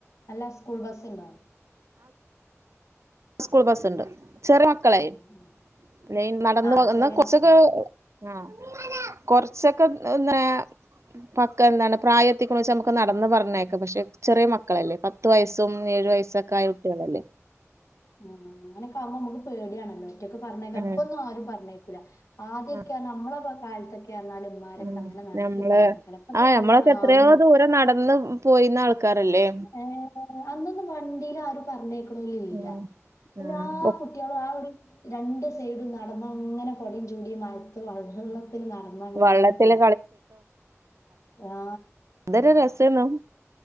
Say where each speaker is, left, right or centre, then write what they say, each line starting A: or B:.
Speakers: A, on the left; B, on the right.
A: അല്ല സ്കൂൾ ബെസ്സ് ഇണ്ടോ
B: സ്കൂൾ ബെസ് ഇണ്ട് ചെറിയ മക്കളായി
A: ആഹ്
B: <unintelligible> നടന്ന്
A: ആഹ്
B: എന്നാ
A: ചെറിയ
B: കൊറച്ചൊക്കെ
A: മക്കളാവുല്ലേ
B: ആ കൊറച്ചൊക്കെ എന്നേ പക്ക എന്താണ് പ്രായത്തിക്കുറിച്ച് നമ്മക്ക് ഒന്ന് അളന്ന് പറഞ്ഞേക്ക് പശെ ചെറിയ മക്കളല്ലേ പത്ത് വയസ് പത്തും, ഏഴു വയസ്സാക്കെ ആയ കുട്ടികളല്ലേ
A: ആ അങ്ങനൊക്കേ ആവുമ്പോ നമക്ക് പേടിയണല്ലോ ട്ടിക്കെ പറഞ്ഞാ
B: ഉം
A: അപ്പൊന്നും ആരും പറഞ്ഞേക്കൂല്ലാ ആദ്യായോക്കാ
B: ഉം
A: നമ്മളെയോക്കെ കാല ക്കന്നാലും ഇവമാരാക്കെ
B: ഉം
A: അങ്ങനെ നടത്തി
B: നമ്മള്
A: പറഞ്ഞേക്കണ് ഇപ്പത്തെ
B: ആഹ്
A: കാലത്ത്
B: നമ്മളൊക്കെ എത്രയോ
A: ആരും
B: ദൂരം നടന്ന് പോയിന്ന ആൾക്കാരല്ലേ
A: യെ അന്നൊന്നും വണ്ടില് ആരും പറഞ്ഞേ ഇല്ലാ
B: ഉം
A: എല്ലാ
B: ആഹ്
A: കുട്ടിയാളും ആ ഒര് രണ്ട് സൈഡി നടാന്ന് അങ്ങനെ കൊടേയും ചൂടിയും മഴത്ത് <unintelligible> ത്തി നടന്നാങ്ങനെ
B: വള്ളത്തില്
A: പോകും ആ
B: ഇതൊര് <unintelligible>